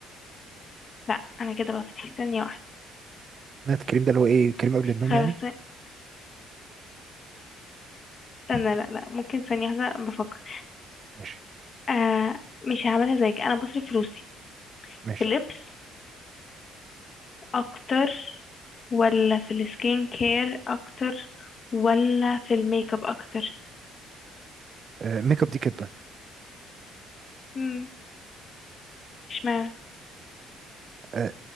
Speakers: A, on the left; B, on the right.
A: لا انا كده بس ثانية واحدة
B: نايت كريم ده اللي هو ايه كريم قبل النوم
A: خلاص
B: يعني
A: استنى لا لا ممكن ثانية واحدة بفكر
B: ماشي
A: آه مش هعملها زيك انا بصرف فلوسي
B: ماشي
A: في اللبس اكتر ولا في السكين كير اكتر ولا في الميك اب اكتر
B: آه ميك اب دي كدبة
A: مم، اشمعنى
B: آه